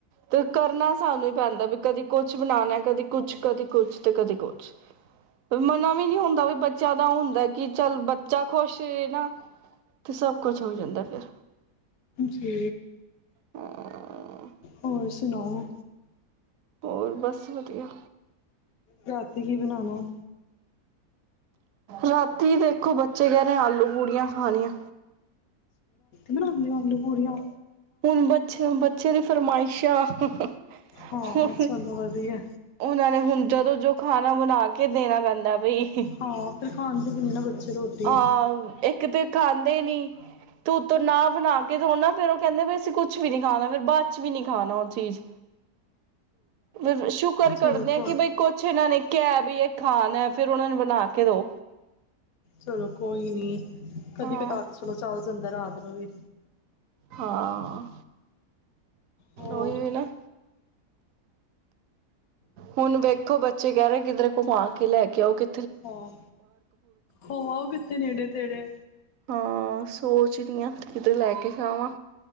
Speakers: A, on the right; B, on the left.
A: ਤੇ ਕਰਨਾ ਸਾਨੂੰ ਹੀ ਪੈਂਦਾ ਵੀ ਕਦੇ ਕੁਛ ਬਣਾਣਾ ਕਦੀ ਕੁਛ ਕਦੇ ਕੁਛ ਤੇ ਕਦੇ ਕੁਛ ਵੀ ਮਨਾ ਵੀ ਨੀ ਹੁੰਦਾ ਵੀ ਬੱਚਿਆਂ ਦਾ ਹੁੰਦਾ ਕਿ ਚੱਲ ਬੱਚਾ ਖੁਸ਼ ਨਾ ਤੇ ਸਭ ਕੁਛ ਹੋ ਜਾਂਦਾ ਫਿਰ।
B: ਜੀ।
A: ਹਾਂ
B: ਹੋਰ ਸੁਣਾਓ।
A: ਹੋਰ ਬਸ ਵਧੀਆ।
B: ਰਾਤੀ ਕੀ ਬਣਾਉਣਾ।
A: ਰਾਤੀ ਦੇਖੋ ਬੱਚਾ ਬੱਚੇ ਕਹਿ ਰਹੇ ਆਲੂ ਪੂੜੀਆਂ ਖਾਣੀਆਂ।
B: ਬਣਾਦੇ ਓ ਆਲੂ ਪੂੜੀਆ
A: ਹੁਣ ਬੱਚਿਆਂ ਬੱਚਿਆਂ ਦੀ ਫਰਮਾਇਸ਼ਾਂ ਹਣ
B: ਹਾਂ ਚਲੋ ਵਧੀਆ
A: ਉਹਨਾਂ ਨੇ ਹੁਣ ਜਦੋਂ ਜੋ ਖਾਣਾ ਬਣਾ ਕੇ ਕੇ ਦੇਣਾ ਪੈਂਦਾ ਭਈ
B: ਹਾਂ ਫਿਰ ਖਾਂਦੇ ਨੀ ਨਾ ਬੱਚੇ ਰੋਟੀ
A: ਹਾਂ ਇੱਕ ਤੇ ਖਾਂਦੇ ਨੀ ਤੂੰਤ ਨਾ ਬਣਾ ਕੇ ਦਿਓ ਨਾ ਫੇਰ ਕਹਿੰਦੇ ਵੀ ਅਸੀਂ ਕੁੱਛ ਵੀ ਨਹੀਂ ਖਾਣਾ ਫਿਰ ਬਾਅਦ ਚ ਵੀ ਨਹੀਂ ਖਾਣਾ ਉਹ ਚੀਜ਼ ਫ ਸ਼ੁਕਰ ਕਰਦੇ
B: ਚਲੋ ਕੋ
A: ਆ ਕਿ ਬਈ ਕੁਛ ਇਹਨਾਂ ਨੇ ਕਹਿ ਵੀ ਇਹ ਖਾਣ ਹੈ ਫਿਰ ਉਹਨਾਂ ਨੂੰ ਬਣਾ ਕੇ ਦੋ
B: ਚਲੋ ਕੋਈ ਨੀ ਕਦੀ
A: ਹਾਂ
B: ਕਤਾਰ ਤਾਂ ਚਲੋ ਚੱਲ ਜਾਂਦਾ ਰਾਤ ਨੂੰ ਵੀ
A: ਹਾਂ
B: ਹੋਰ
A: ਉਹੀ ਵੀ ਨਾ ਵ ਹੁਣ ਵੇਖੋ ਬੱਚੇ ਕਹਿ ਰਹੇ ਕਿੱਧਰੇ ਘੁੰਮਾ ਕੇ ਲੈ ਕੇ ਆਓ ਕਿ
B: ਹਾਂ ਹੋ ਆਓ ਨੇੜੇ ਤੇੜੇ
A: ਹਾਂ ਸੋਚ ਰਹੀ ਆ ਕਿਤੇ ਲੈ ਕੇ ਜਾਵਾਂ